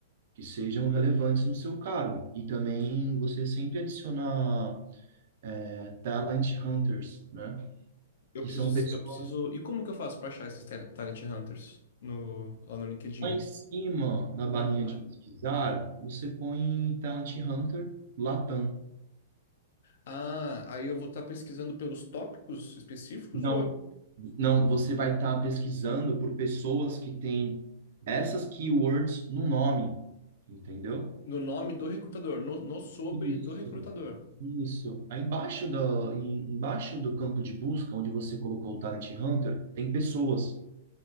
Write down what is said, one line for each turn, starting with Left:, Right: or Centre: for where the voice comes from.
Right: que sejam relevantes no seu cargo. E também você sempre adicionar é, talent hunters, né?
Left: Eu
Right: que
Left: preciso,
Right: são
Left: se-
Right: pessoas
Left: eu preciso. E como que eu faço para achar esses ta- Talent Hunters no, lá no LinkedIn?
Right: lá em cima na barrinha
Left: Ah,
Right: de pesquisar, você põe Talent Hunter Latam.
Left: ah, aí eu vou estar pesquisando pelos tópicos específicos
Right: Não,
Left: ou eu-
Right: não, você vai estar pesquisando por pessoas que têm essas keywords no nome, entendeu?
Left: no nome do recrutador? No, no sobre
Right: Isso,
Left: do recrutador?
Right: isso. Aí embaixo do, em- embaixo do campo de busca, onde você colocou o Talent Hunter, tem pessoas.